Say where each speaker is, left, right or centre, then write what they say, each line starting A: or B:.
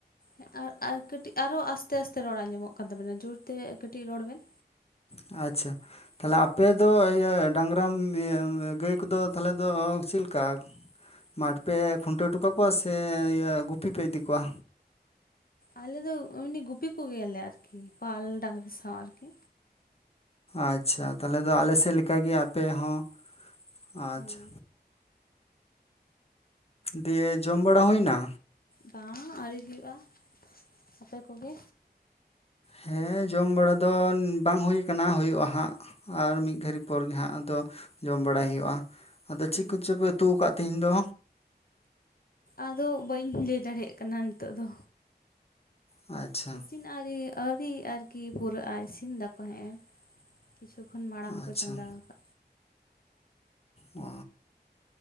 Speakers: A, on the left; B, on the left.
A: ᱦᱮᱸ ᱟᱨ ᱟᱨ ᱠᱟᱹᱴᱤᱡ ᱟᱨᱚ ᱟᱥᱛᱮ ᱟᱥᱛᱮ ᱨᱚᱲ ᱟᱸᱡᱚᱢᱚᱜ ᱠᱟᱱ ᱛᱟᱵᱮᱱᱟ ᱡᱳᱨᱛᱮ ᱠᱟᱹᱴᱤᱡ ᱨᱚᱲ ᱵᱮᱱ
B: ᱟᱪᱪᱷᱟ ᱛᱟᱦᱚᱞᱮ ᱟᱯᱮ ᱫᱚ ᱤᱭᱟᱹ ᱰᱟᱝᱨᱟ ᱜᱟᱹᱭ ᱠᱚᱫᱚ ᱛᱟᱦᱚᱞᱮ ᱫᱚ ᱪᱮᱫ ᱞᱮᱠᱟ ᱢᱟᱴᱷ ᱯᱮ ᱠᱷᱩᱱᱴᱟᱹᱣ ᱚᱴᱩ ᱠᱟᱠᱚᱣᱟ ᱥᱮ ᱤᱭᱟᱹ ᱜᱩᱯᱤ ᱯᱮ ᱤᱫᱤ ᱠᱚᱣᱟ᱾
A: ᱟᱞᱮ ᱫᱚ ᱮᱢᱱᱤ ᱜᱩᱯᱤ ᱠᱚᱜᱮᱭᱟᱞᱮ ᱟᱨᱠᱤ ᱯᱟᱞ ᱰᱟᱸᱝᱨᱟ ᱥᱟᱶ ᱟᱨᱠᱤ᱾
B: ᱟᱪ-ᱪᱷᱟ ᱛᱟᱦᱞᱮ ᱫᱚ ᱟᱞᱮ ᱥᱮᱜ ᱞᱮᱠᱟ ᱜᱤ ᱟᱯᱮ ᱦᱚᱸ ᱟᱪᱷᱟ᱾
A: ᱦᱮᱸ
B: ᱫᱤᱭᱮ ᱡᱚᱢ ᱵᱟᱲᱟ ᱦᱩᱭ ᱱᱟ᱾
A: ᱵᱟᱝ ᱟᱣᱨᱤ ᱦᱩᱭᱩᱜ-ᱟ ᱟᱯᱮ ᱠᱚᱜᱮ᱾
B: ᱦᱮᱸ ᱡᱚᱢ ᱵᱟᱲᱟ ᱫᱚ ᱵᱟᱝ ᱦᱩᱭ ᱠᱟᱱᱟ ᱦᱩᱭᱩᱜ-ᱟ ᱦᱟᱸᱜ᱾ ᱟᱨ ᱢᱤ ᱜᱷᱟᱲᱤᱜ ᱯᱚᱨ ᱜᱮ ᱦᱟᱸᱜ ᱟᱫᱚ ᱡᱚᱢ ᱵᱟᱲᱟᱭ ᱦᱳᱭᱳᱜᱼᱟ ᱟᱫᱚ ᱪᱮᱜ
A: ᱦᱮᱸ
B: ᱠᱚᱪᱚᱯᱮ᱾ ᱩᱛᱩ ᱠᱟᱜ ᱛᱤᱦᱤᱧ ᱫᱚ᱾
A: ᱟᱫᱚ ᱵᱟᱹᱧ ᱞᱟᱹᱭ ᱫᱟᱲᱮᱜ ᱠᱟᱱᱟ ᱱᱤᱛᱚᱜ ᱫᱚ᱾
B: ᱟᱪᱪᱷᱟ᱾
A: ᱤᱥᱤᱱ ᱟᱨᱤ ᱟᱹᱣᱨᱤ ᱟᱨᱠᱤ ᱯᱩᱨᱟᱹᱜ-ᱟ ᱤᱥᱤᱱ ᱫᱟᱠᱚ ᱦᱮᱸᱜ ᱮ᱾ ᱠᱤᱪᱷᱩ ᱠᱷᱚᱱ ᱢᱟᱲᱟᱝ
B: ᱟᱪᱪᱷᱟ
A: ᱠᱚ ᱪᱚᱸᱫᱟ ᱟᱠᱟᱜ᱾
B: ᱚ᱾